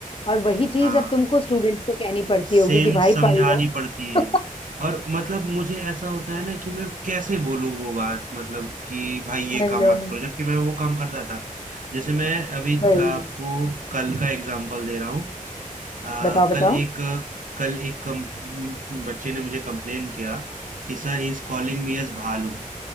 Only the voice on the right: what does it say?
हाँ
सेम
समझानी
पड़ती
है और मतलब मुझे ऐसा होता है ना कि मैं कैसे बोलूँ वो बात मतलब कि भाई ये
काम
मत करो जबकि मैं वो काम करता था जैसे मैं अभी
था आपको कल का एग्जांपल दे रहा हूँ आ,
कल एक कल एक कम, बच्चे ने मुझे कंप्लेन किया कि sir he is calling me as भालू